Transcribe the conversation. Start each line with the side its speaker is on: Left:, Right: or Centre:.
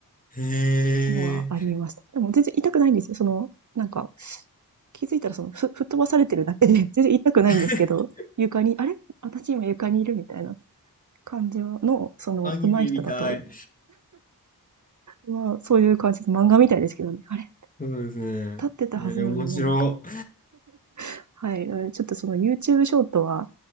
Left: へえ、
Right: のはありました。でも全然痛くないんですよ。その、なんか、気づいたらその、ふ吹っ飛ばされてるだけで、<laughs> 全然痛くないんですけど、
Left: <laughs>
Right: 床に、あれ私今床にいるみたいな感じの、その、
Left: アニメみたい。
Right: 上手い人だと、まあ、そういう感じです漫画みたいですけどね。あれ
Left: そうですね。
Right: 立ってたはずなのにもういは
Left: えー、面白。
Right: い。かはいちょっとその YouTube ショートは、